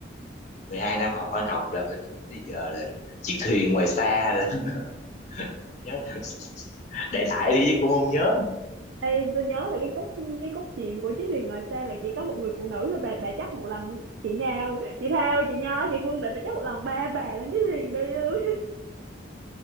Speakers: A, on the left; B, on the right.
A: mười hai năm học văn học là về tới bây giờ là chiếc thuyền ngoài xa là, <laughs> nhớ là đại đại đi chứ cũng không nhớ
B: Ê, tôi nhớ là cái cốt cái cốt truyện của Chí Huyền ngoài xe là chỉ có một người phụ nữ thôi bà bà chắc một lần chị Nhào chị Thao chị Nho chị Phương Định bà chắc một lần ba bà lên Chí Huyền đi luôn